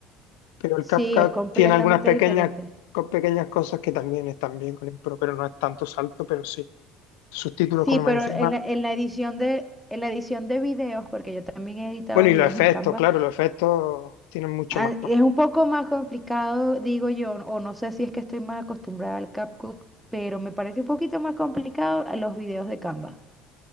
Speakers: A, on the left; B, in the centre.
A: Pero el
B: Sí,
A: CapCut
B: es completamente
A: tiene algunas pequeñas,
B: diferente.
A: co- pequeñas cosas que también están bien con el Pro, pero no es tanto salto, pero sí. Sus títulos,
B: Sí,
A: como
B: pero
A: menciona.
B: en la, en la edición de, en la edición de videos, porque yo también he editado
A: Bueno,
B: videos
A: y los efectos,
B: en Canva.
A: claro, los efectos tienen mucho
B: Ah,
A: más.
B: Es un poco más complicado, digo yo, o no sé si es que estoy más acostumbrada al CapCut, pero me parece un poquito más complicado a los videos de Canva.